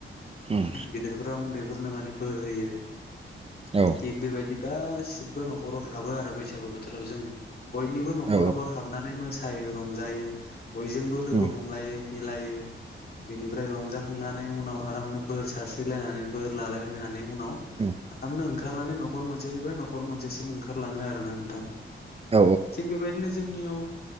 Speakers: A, on the right; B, on the left.
A: उम
B: गिदिरफोरा उनदैफोरनो माने बोर होयो
A: औ
B: थिग बेबायदि गासि बो न'खराव हाबो आरो बैसागु बोथोराव जोङो बयनिबो न'खर
A: औ
B: न'खर हाबनानै मोस सायो रंजायो बयजोंबो लोगो
A: उम
B: हमलायो मिलायो। बिनिफ्राय रंजाखांनानै उनाव आरामनो बोर सारस्रिलायनानै बोर लालायलायना नै उनाव
A: उम
B: आरमनो ओंखारनानै न'खर मोनसेनिफ्राय न'खर मोनसेसिम ओंखारलाङो आरोना नोंथां।
A: औ
B: थिग बेबायदिनो जोंनियाव